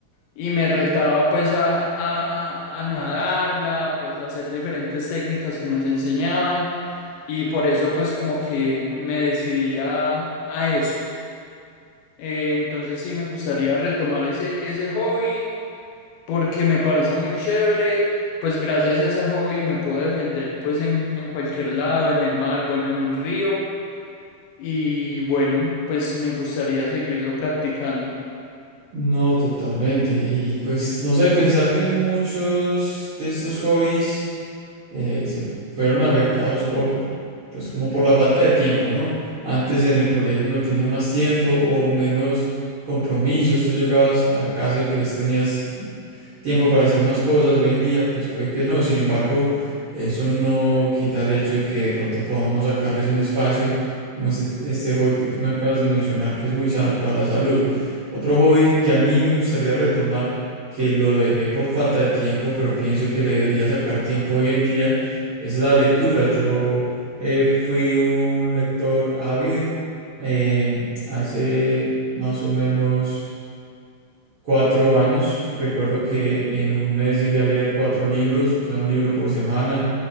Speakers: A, on the left; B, on the right.
A: y me retaba pues a, a, a nadarla, pues a hacer diferentes técnicas que nos enseñaban y por eso pues como que me decidí a, a eso. Eh, entonces sí me gustaría retomar ese, ese hobby porque me parece muy chévere. Pues gracias a ese hobby me puedo defender pues en, en cualquier lado, en el mar, bueno, en un río. Y bueno, pues me gustaría seguirlo practicando.
B: No, totalmente. Y pues no sé, pensar que muchos de estos hobbies eh, se fueron afectados por, pues como por la falta de tiempo, ¿no? Antes en el colegio uno tenía más tiempo o menos compromisos, tú llegabas a la casa y pues tenías tiempo para hacer más cosas. Hoy en día, pues puede que no. Sin embargo, eso no quita el hecho de que de pronto podamos sacarles un espacio, como este, este hobby que tú me acabas de mencionar, que es muy sano para la salud. Otro hobby que a mí me gustaría retomar, que lo dejé por falta de tiempo, pero pienso que le debería sacar tiempo hoy en día, es la lectura. Yo eh, fui un lector ávido eh, hace más o menos cuatro años. Recuerdo que en un mes llegué a leer cuatro libros, o sea, un libro por semana,